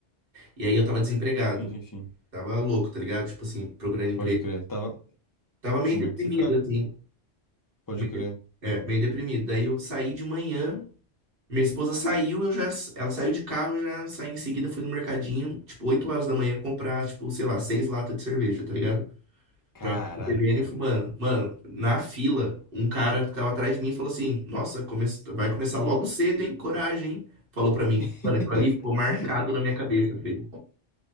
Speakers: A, on the right; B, on the left.
A: e aí eu tava desempregado.
B: Sim, sim, sim.
A: Tava louco, tá ligado? Tipo assim, procurando emprego.
B: Pode crer. Tava.
A: Tava
B: Sim,
A: meio deprimido,
B: se ficar.
A: assim.
B: Pode
A: Meio,
B: crer.
A: de- é, meio deprimido. Daí eu saí de manhã, minha esposa saiu, eu já, ela saiu de carro, eu já saí em seguida, fui no mercadinho, tipo, 8 horas da manhã, comprar, tipo, sei lá, seis latas de cerveja, tá ligado?
B: Caraca,
A: Pra TBN
B: cara.
A: fumando. Mano, na fila, um cara que tava atrás de mim falou assim: Nossa, come- vai começar logo cedo, hein? Coragem, hein? Falou pra mim.
B: <laughs>
A: Mano, aquilo ali ficou marcado na minha cabeça, filho.